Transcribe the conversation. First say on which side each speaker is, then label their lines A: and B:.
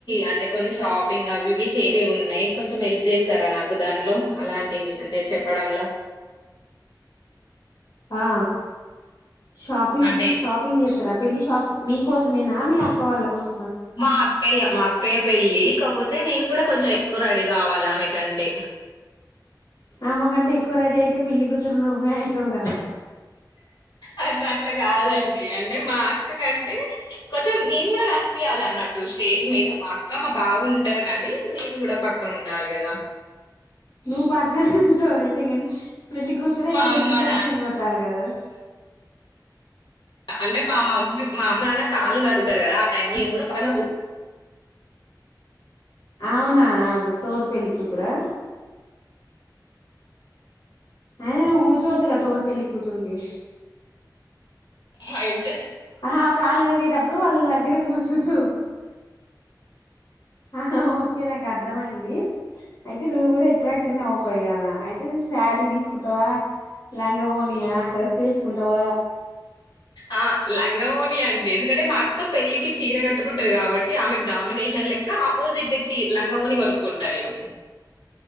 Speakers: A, on the left; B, on the left.
A: అంటే కొన్ని షాపింగ్ అవి ఇవి చేసే ఉన్నాయి కొంచెం హెల్ప్ చేస్తారా నాకు దాంట్లో అలాంటి అంటే చెప్పడంలా
B: ఆ షాపింగ్
A: అంటే
B: షాపింగ్ జెత్తర పెళ్ళి షాప్ మీకోసమేనా మీ అక్క వాళ్ళ కోస్
A: మా అక్కయ్య మా అక్కయ్య పెళ్ళి కాపోతే నేను కూడా కొంచెం ఎక్కువ రెడీ కావాలా ఆమెకంటే
B: ఆమె గంటే ఎక్కువ రెడీ అయితే పెళ్లిగుతురు నవ్వే అయ్యితావ్ గదా
A: అంటే అట్లా కాదండి అంటే మా అక్క కంటే కొంచెం నేను కూడా కనిపియ్యలా అన్నట్టు స్టేజ్ మీద మా అక్క మా బావ ఉంటారు కానీ నేను కూడా పక్కన ఉండాలి గదా
B: ను పా మీరు ఉంటరూ రైటె పెళ్లి కూతురే
A: మా
B: ఎక్కువ
A: అమ్మ
B: ఎక్స్ట్రాక్షన్
A: నాన్న
B: కొట్టాలి గదా
A: అంటే మా మమ్మీ మా అమ్మ నాన్న కాళ్ళు గడుగుతారు కదా ఆ టైమ్ లో నేను కూడా పక్కన కూర్
B: అవునా తోడి పెళ్ళి కూతురా అయ్యిన నవ్వు కూర్చోవద్దుగా తోడి పెళ్ళికూతురు వి
A: మైన్
B: ఆహా కాలు గడిగేటప్పుడు వాళ్ళ దగ్గర కూర్చ్ చుంటూ ఆహా ఓకే నాకు అర్ధమయింది అయితే నువ్వు కూడా ఎట్రాక్షన్ అవ్వపోయాల అయితే శారీ తీసుకుంటావా లాంగ్ లంగా వోనియా డ్రెస్ వేసుకుంటావా
A: ఆ లంగా వోని అండి ఎందుకంటే మా అక్క పెళ్ళికి చీర కట్టుకుంటది కాబట్టి ఆమెకు డామినేషన్ లెక్క ఆపోజిట్ గా చీ లంగా వోని కొనుకుంట నేను